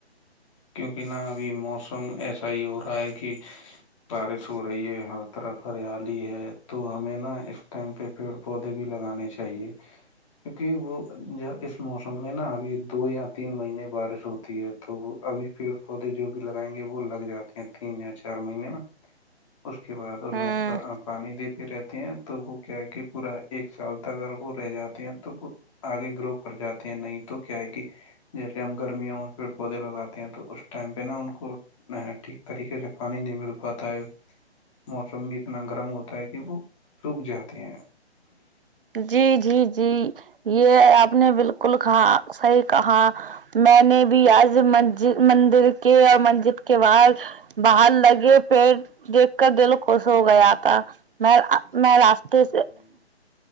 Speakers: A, on the left; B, on the right.
A: کیونکہ نا ابھی موسم ایسا ہی ہو رہا ہے کہ بارش ہو رہی ہے ہر طرف ہریالی ہے تو ہمیں نہا اس ٹائم پہ پیڑ پودے بھی لگانے چاہیے کیونکہ وہ جو اس موسم میں نا ابھی دو یا تین مہینے بارش ہوتی ہے تو وہ ابھی پیڑ پودے جو بھی لگائیں گے وہ لگ جاتے ہیں تین یا چار مہینے میں اس کے بعد اس
B: ہوں
A: میں پانی دیتے رہتے ہیں تو وہ کیا ہے کہ پورا ایک سال اگر وہ رہ جاتے ہیں تو وہ آگے گرو کر جاتے ہیں نہیں تو کیا ہے کہ جیسے ہم گرمیوں میں پیڑ پودے لگاتے تو اس ٹائم پہ نا ان کو ٹھیک طریقے سے پانی نہیں مل پاتا ہے موسم بھی اتنا گرم ہوتا ہے کہ وہ سوکھ جاتے ہیں
B: جی جی جی یہ آپ نے بالکل کہاں صحیح کہا میں نے بھی آج منج مندر کے اور مسجد کے باہر باہر لگے پیڑ دیکھ کر دل خوش ہو گیا تھا میں میں راس کہس
A: جی